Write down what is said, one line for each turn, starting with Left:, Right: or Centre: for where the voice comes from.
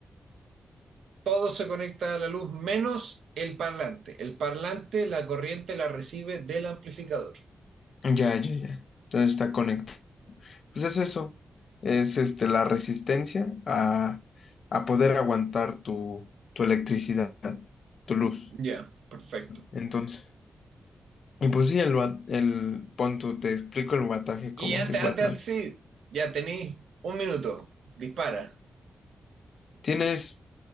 Right: Todo se conecta a la luz menos el parlante. El parlante, la corriente la recibe del amplificador.
Left: Ya, ya, ya. Entonces está conectado. Pues es eso. Es este la resistencia a, a poder aguantar tu, tu electricidad, tu luz.
Right: Ya, perfecto.
Left: Entonces. Y pues sí, el, wa- el pon tú, te explico el wataje
Right: Y
Left: como
Right: antes,
Left: si fuera.
Right: antes, antes sí, ya tenéis un minuto. Dispara,
Left: Tienes